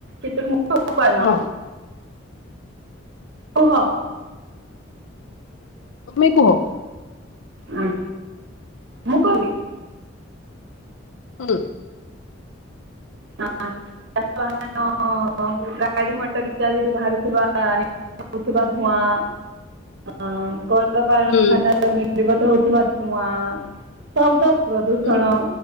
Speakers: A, on the right; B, on the left.
A: କେତକ ମୁଖ୍ୟ ପାଇନ।
B: ହଁ
A: କୁହ।
B: ତୁମେ କୁହ।
A: ହଁ ମୁଁ କହିବି।
B: ହୁଁ।
A: ହଁ ଶଶ ନ <unintelligible> ଓ ଗାଡି ମଟର ଇତ୍ୟାଦିରୁ ବାହାରୁଥିବା ନିଆଁ ବାହାରୁଥିବା ଧୂଆଁ ହଁ କଣ। କଳାକାରଖାନାରୁ
B: ହୁଁ।
A: ନିର୍ଗତ ହଉଥିବା ଧୂଆଁ ଶବ୍ଦ ପ୍ରଦୂଷଣ
B: ହୁଁ